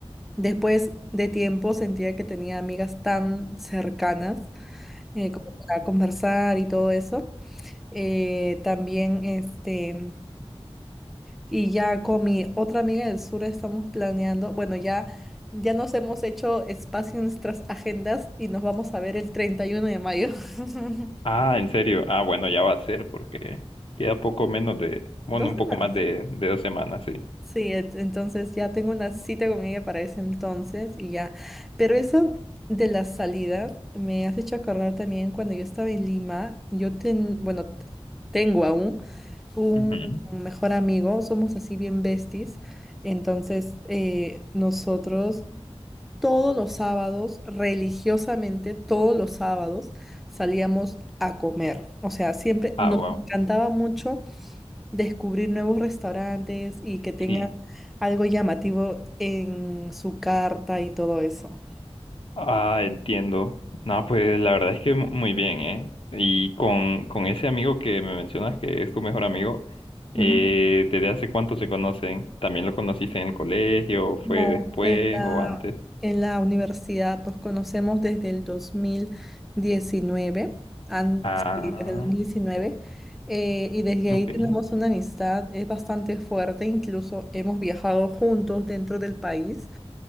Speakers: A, in the centre; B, on the left.
A: después de tiempo sentía que tenía amigas tan cercanas eh, como para conversar y todo eso. Eh, también este... Y ya con mi otra amiga del sur estamos planeando, bueno, ya, ya nos hemos hecho espacio en nuestras agendas y nos vamos a ver el 31 de mayo. <laughs>
B: Ah, ¿en serio? Ah, bueno, ya va a ser porque queda poco menos de, bueno,
A: Dos
B: un
A: semanas.
B: poco más de, de dos semanas, sí.
A: Sí, et- entonces ya tengo una cita con ella para ese entonces y ya. Pero eso de las salidas me has hecho acordar también cuando yo estaba en Lima, yo ten, bueno, t- tengo aún un
B: Ujú.
A: mejor amigo, somos así bien besties. Entonces, eh, nosotros todos los sábados, religiosamente, todos los sábados salíamos a comer. O sea, siempre
B: Ah,
A: nos
B: wow,
A: encantaba mucho descubrir nuevos restaurantes y que tengan
B: sí.
A: algo llamativo en su carta y todo eso.
B: Ah, entiendo. No, pues la verdad es que mu- muy bien, ¿eh? Y con, con ese amigo que me mencionas que es tu mejor amigo,
A: Ujú.
B: eh, ¿desde hace cuánto se conocen? ¿También lo conociste en el colegio? ¿Fue
A: No,
B: después
A: en la,
B: o antes?
A: en la universidad nos conocemos desde el 2019, an-
B: Ah,
A: sí, desde el 2019, eh, y desde
B: ok.
A: ahí tenemos una amistad, es bastante fuerte, incluso hemos viajado juntos dentro del país